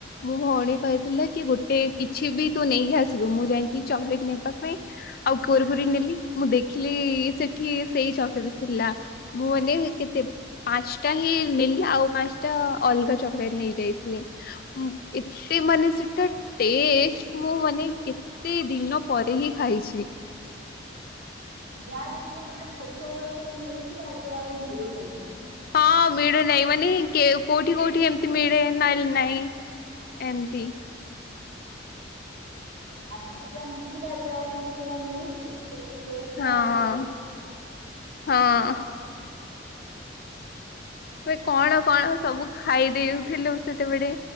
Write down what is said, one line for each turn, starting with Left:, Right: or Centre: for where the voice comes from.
Left: ମୋ ଭଉଣୀ କହିଥିଲା କି ଗୋଟେ କିଛି ବି ତୁ ନେଇ ଆସିବୁ ମୁଁ ଯାଇଁକି ଚକଲେଟ ନେବା ପାଇଁ ଆଉ କୁରକୁରୀ ନେଲି, ମୁଁ ଦେଖିଲି ସେଠି ସେଇ ଚକଲେଟ୍ ଥିଲା। ମୁଁ ମାନେ କେତେ ପାଞ୍ଚଟା ହିଁ ନେଲି। ଆଉ ପାଞ୍ଚଟା ଅଲଗା ଚକୋଲେଟ୍ ନେଇଯାଇଥିଲି। ଏତେ ମାନେ ସେଟା ଟେଷ୍ଟ, ମୁଁ ମାନେ କେତେ ଦିନ ପରେ ହିଁ ଖାଇଛି।
Right: ଯାହା ଦେଖିବ ମାନେ ଛୋଟବେଳେ ସବୁ ମିଳୁଥିଲା ଏବେ ଆଉ ମିଳୁନି ଏତେ।
Left: ହଁ ମିଳୁ ନାହିଁ। ମାନେ କୋଉଠି କୋଉଠି ଏମିତି ମିଳେ ନହେଲେ ନାଇଁ। ଏମତି।
Right: ଆଗରୁ ଯାହା ମିଳୁଥିଲା ଏବେ ଆଉ କଣ ସେଉରା ମିଳୁଚି, ସେ ଯୋଉ ଟେଷ୍ଟ
Left: ହଁ
Right: ଆଉ
Left: ହଁ। ଏ କଣ କଣ ସବୁ ଖାଇଦେଉଥିଲୁ ସେତେବେଳେ।